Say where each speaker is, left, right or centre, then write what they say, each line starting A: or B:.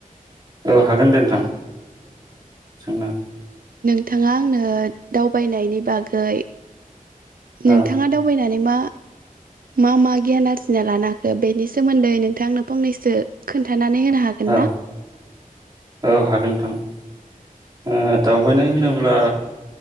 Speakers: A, on the right (about 30°); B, on the right (about 75°).
A: औ हागोन दे नोंथां। सोंनो।
B: नोंथांङा आंनो दावबायनायनि बागै नोंथांङा
A: औ
B: दावबायनानै मा मा मा गियान आरजिना लानो हाखो बेनि सोमोन्दै नोंथांनो फंनैसो खोन्थानो होनो हागोन
A: औ
B: ना
A: औ हागोन नोंथां दावबायनाय होनोब्ला